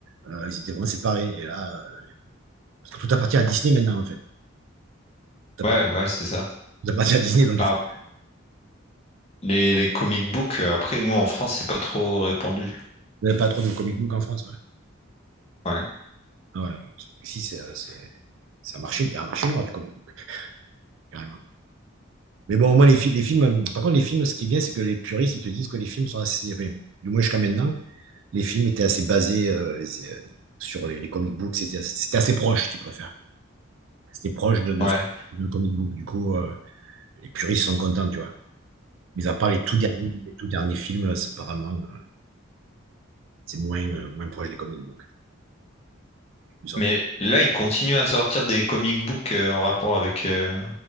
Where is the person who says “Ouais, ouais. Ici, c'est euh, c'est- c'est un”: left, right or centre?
Right